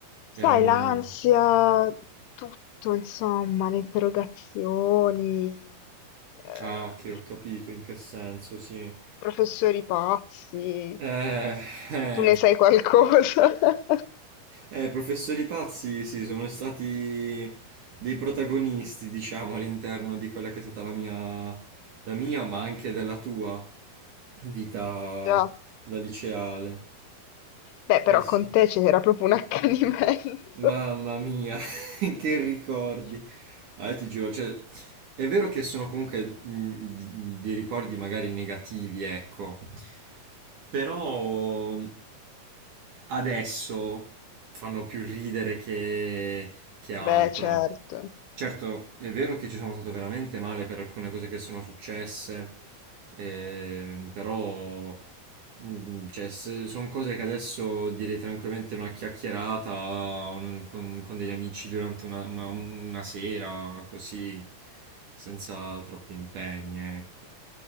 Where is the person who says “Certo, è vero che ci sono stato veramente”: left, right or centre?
Right